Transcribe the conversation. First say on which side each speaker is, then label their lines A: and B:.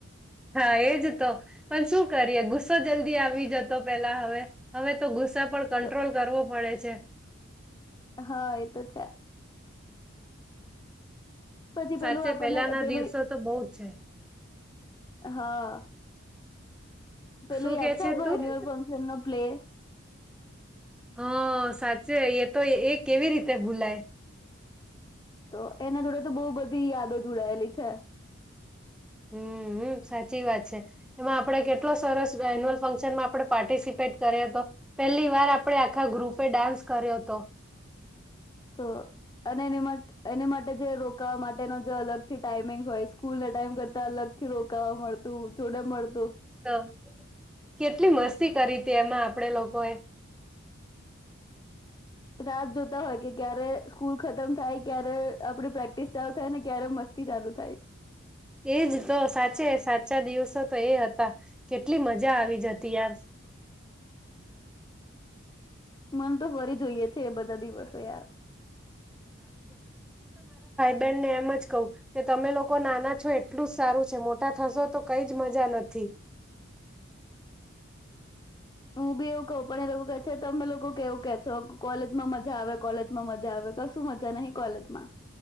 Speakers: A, in the centre; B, on the left (about 20°).
A: હા એજ તો પણ શું કરીએ ગુસ્સો જલ્દી આવી જતો પેલા હવે હવે તો ગુ પણ તોય કંટ્રોલ
B: તો
A: કરવો પડે છે. છે.
B: હા એ તો છે. પછી
A: સાચે
B: પેલું આપણને
A: પહેલાના
B: પેલું
A: દિવસો તો બહુ જ છે.
B: હા. પેલું
A: શું
B: યાદ
A: કે
B: છે આપણું
A: તું
B: એન્યુઅલ ફંક્શન નો પ્લે?
A: હા સાચે એ તો એ કેવી રીતે ભૂલાય.
B: તો એના જોડે તો બહુ બધી યાદો જોડાયેલી છે.
A: હમ્મ, સાચી વાત છે એમાં આપણે કેટલો સરસ એન્યુઅલ ફંક્શનમાં આપણે પાર્ટિસિપેટ કર્યો હતો. પહેલી વાર આપણે આખા ગ્રુપે ડાન્સ કર્યો તો.
B: તો અને એની મા એની માટે જે રોકાવા માટેનો જે અલગથી <unintelligible> સ્કૂલનો દાન કરતા અલગથી રોકવા મળતું તે લોક
A: તો કેટલી મસ્તી કરી તી એમાં આપણે લોકોએ.
B: રાહ જોતા હોય કે ક્યારે સ્કૂલ ખતમ થાય ક્યારે આપણી પ્રેક્ટિસ ચાલુ થાય ને ક્યારે મસ્તી ચાલુ થાય.
A: એજ તો સાચે સાચા દિવસો તો એ હતા. કેટલી મજા આવી જ હતી યાર.
B: મન તો ફરી જોઈએ છે એ બધા દિવસો યાર.
A: બેનને એમ જ કહું કે તમે લોકો નાના છો એટલું જ સારું છે મોટા થશો તો કઈ જ મજા નથી.
B: હું બી એવું કહું પણ એ લોકો કે છે તમે લોકો કેવું કે છો કોલેજમાં મજા આવે કોલેજમાં મજા આવે તો મજા નહી કોલેજમાં.